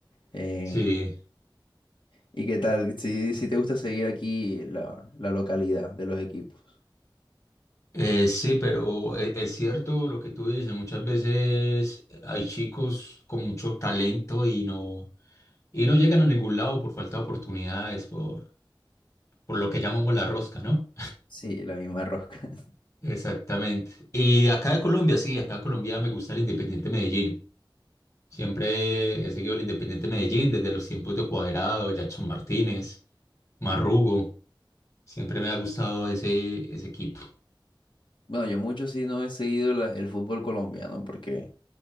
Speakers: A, on the left (about 75°); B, on the left (about 40°).
A: en-
B: Sí.
A: ¿Y qué tal? Si, si te gusta seguir aquí la, la localidad de los equipos.
B: Eh, sí, pero e- es cierto lo que tú dices, muchas veces hay chicos con mucho talento y no, y no llegan a ningún lado por falta de oportunidades, por, por lo que llamamos la rosca, ¿no?
A: Sí, la misma rosca. <laughs>
B: Exactamente. Y acá de Colombia, sí, acá de Colombia me gusta el Independiente Medellín. Siempre he seguido el Independiente Medellín desde los tiempos de Cuadrado, Jackson Martínez, Marrugo. Siempre me ha gustado ese, ese equipo.
A: Bueno, yo mucho sí no he seguido la- el fútbol colombiano porque,